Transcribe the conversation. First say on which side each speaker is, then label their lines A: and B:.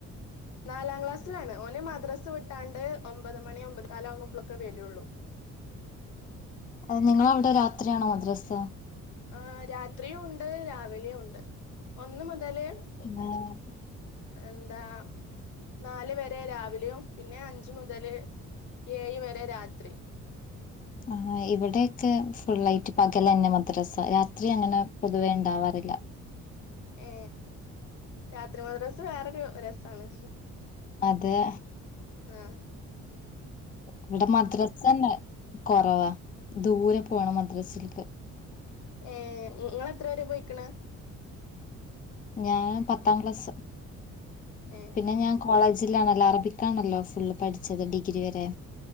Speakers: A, on the left; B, on the left.
A: നാലാം ക്ലാസ്സിലാണ് ഓന് മദ്രാസ് വിട്ടാണ്ട് ഒമ്പത് മണി ഒമ്പത് കാല ആകുമ്പോളൊക്കെ വരുള്ളൂ
B: അ നിങ്ങള അവിടെ രാത്രിയാണോ മദ്രാസ്
A: ആ രാത്രിയും ഉണ്ട് രാവിലെയും ഉണ്ട് ഒന്ന് മൂ തല്
B: ആഹ്
A: എന്താ നാലു വരെ രാവിലെയും പിന്നെ അഞ്ച മുതല് ഏഴ് വരെ രാത്രി
B: ആ ഇവിടെയൊക്കെ ഫുൾയിട്ട് പകല തന്നെ മദ്രാസ രാത്രി അങ്ങനെ പൊതുവേ ഉണ്ടാവാറില്ല
A: ഏ രാത്രി മദ്രാസ് വേറൊരു രസാണ്
B: അതെ
A: ആ
B: ഇവിടെ മദ്രസ തന്നെ കൊറവാ ദൂരെ പോണം മദ്രസിൽക്ക്
A: ഏ ഇ ഇങ്ങൾ എത്ര പരെ പോയിക്കണ്
B: ഞാൻ പത്താം ക്ലാസ്
A: ഏഹ്
B: പിന്നെ ഞാൻ കോളേജ് തില്ലാനല്ലൊ അറബിക്കാണല്ലോ ഫുള്ള് പഠിച്ചത് ഡിഗ്രി വരെ